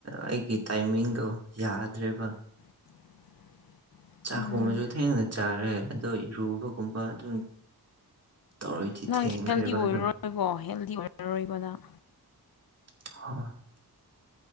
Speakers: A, on the right; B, on the left.
A: ꯑꯩꯒꯤ ꯇꯥꯏꯃꯤꯡꯗꯣ ꯌꯥꯗ꯭ꯔꯦꯕ
B: <inaudible>
A: ꯆꯥꯛꯀꯨꯝꯕꯁꯨ
B: ꯎꯝ
A: ꯊꯦꯡꯅ ꯆꯥꯔꯦ ꯑꯗꯣ ꯏꯔꯨꯕꯒꯨꯝꯕ ꯑꯗꯨꯝ ꯇꯧꯔꯗꯤ
B: ꯅꯪ
A: ꯊꯦꯡꯈ꯭ꯔꯦꯕ
B: ꯍꯦꯜꯗꯤ ꯑꯣꯏꯔꯔꯣꯏꯀꯣ
A: ꯑꯗꯨꯝ
B: ꯍꯦꯜꯗꯤ ꯑꯣꯏꯔꯔꯣꯏꯕ ꯅꯪ
A: <inaudible>